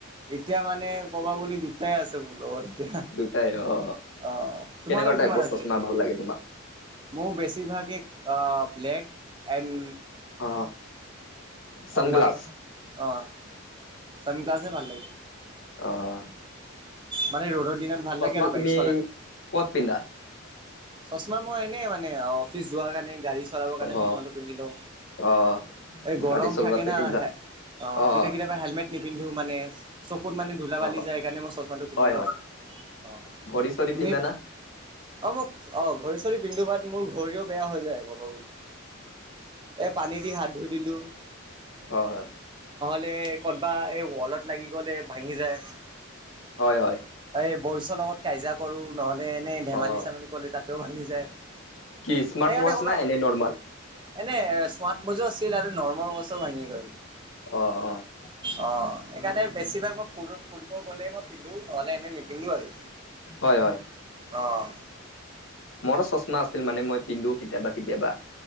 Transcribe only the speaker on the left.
দুটাই অ
কেনেকুৱা
টাইপৰ
চচমা ভাল লাগে তোমাক
অ চানগ্লাছ
অহ।
চচমা
তুমি
ক'ত পিন্ধা?
অহ
অহ
গাড়ী চলোৱাতে
পিন্ধা
অহ
অহ
হয়
হয়।
ঘড়ী চৰি
পিন্ধা না?
হয়।
হয় হয়
অহ।
কি স্মাৰ্ট
ৱাচ
না এনে নৰ্মেল?
অহ, অহ।
হয় হয়।
মোৰো চশমা আছিল মানে, মই পিন্ধো কেতিয়াবা কেতিয়াবা।